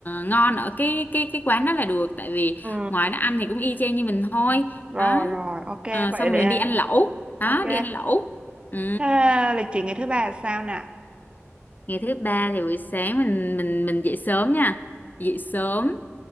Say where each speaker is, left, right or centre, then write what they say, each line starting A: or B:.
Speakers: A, on the left; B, on the right.
A: ngon ở cái cái cái quán đó là được tại vì
B: Ừ.
A: ngoài nó ăn thì cũng y chang như mình thôi
B: Rồi
A: đó
B: rồi, ok
A: Ờ,
B: vậy
A: xong rồi
B: để
A: mình đi ăn lẩu đó
B: ok.
A: đi ăn lẩu ừ.
B: Thế lịch trình ngày thứ ba là sao nè?
A: ngày thứ ba thì buổi sáng mình mình mình dậy sớm nha dậy sớm